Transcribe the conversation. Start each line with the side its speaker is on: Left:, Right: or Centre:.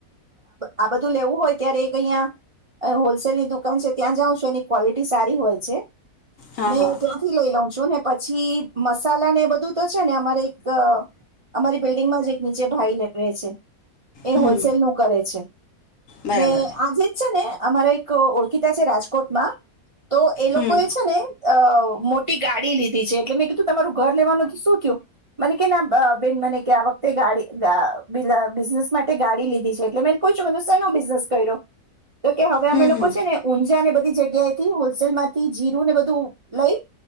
Right: આ બધું લેવું હોય ત્યારે એક અહીં હોલસેલની દુકાન છે ત્યાં જાઉં છું એની ક્વોલિટી સારી હોય છે.
Left: હા
Right: <unintelligible>
Left: હા
Right: ત્યાંથી લઈ લઉ છે ને પછી મસાલા ને એ બધું તો છે ને અમારે એક અમારી બિલ્ડિંગમાં જ એક નીચે ભાઈ રહે છે. એ
Left: હમ
Right: હોલસેલ નું કરે છે
Left: બરાબર
Right: ને આજે જ છે ને અમારા એક ઓળખીતા છે રાજકોટમાં તો એ લોકો
Left: હમ
Right: એ છે ને અ મોટ <unintelligible> ગાડી લીધી છે એટલે મે કીધું તમારું ઘર લેવાનું શું થયું મને કે બેન મને આ વખતે ગડી <unintelligible> બિઝનેસ માટે ગાડી લીધી છે એટલે મે પછું શનો બિઝનેસ કર્યો તો કે હવે
Left: હમ
Right: અમે લોકો
Left: હમ
Right: છે ને ઊંઝા ને બધા બધી જગ્યાથી હોલસેલ માંથી જીરું ને બધું લઈ